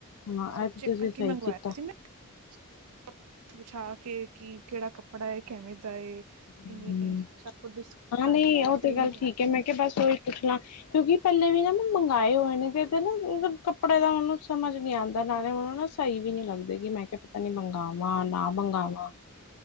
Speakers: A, on the right; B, on the left.
A: ਤੇ
B: ਹਾਂ,
A: ਸਭ
B: ਇਹ
A: ਚੈੱਕ
B: ਤੁਸੀਂ
A: ਕਰਕੇ
B: ਸਹੀ
A: ਮੰਗਵਾਇਆ
B: ਕੀਤਾ
A: ਸੀ ਮੈਂ। <unintelligible> ਵਿਛਾ ਕੇ ਕੀ ਕੇੜਾ ਕੱਪੜਾ ਏ ਕੈਵੇਂ ਦਾ ਏ।
B: ਹਮ
A: ਇੰਨੀ ਸਭ ਕੁਛ ਡਿਸ
B: ਹਾਂ ਨਹੀਂ
A: ਕਰਕੇ
B: ਉਹ
A: ਫੇਰ
B: ਤੇ
A: ਹੀ
B: ਗੱਲ
A: ਮੰਗਵਾਇਆ
B: ਠੀਕ ਐ ਮੈਂ ਕਿਆ ਬਸ ਓਈ ਪੁੱਛ ਲਾਂ। ਕਿਉਂਕੀ ਪੈਲੇ ਵੀ ਨਾ ਮੈਂ ਮੰਗਾਂਏ ਹੋਏ ਨੇ ਤੇ ਨਾ ਮਤਲਬ ਕੱਪੜੇ ਦਾ ਮੈਂਨੂੰ ਸਮਝ ਨੀ ਆਂਦਾ ਨਾਲੇ <unintelligible> <unintelligible> ਵੀ ਨੀ ਲੱਗਦੇ ਕੀ ਮੈਂ ਕਿਆ ਪਤਾ ਨੀ ਮੰਗਾਵਾਂ ਨਾ ਮੰਗਾਵਾਂ